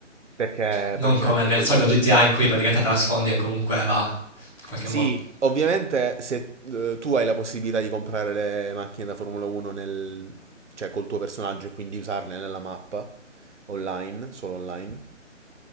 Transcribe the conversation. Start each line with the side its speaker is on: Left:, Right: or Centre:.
Right: perché
Centre: Non
Right: praticamente
Centre: come nel
Right: poi...
Centre: solito GTA in cui praticamente trasfondi e comunque va in qualche
Right: Sì,
Centre: modo.
Right: ovviamente se eh, tu hai la possibilità di comprare le macchine da Formula 1 nel, cioè col tuo personaggio e quindi usarle nella mappa online, solo online,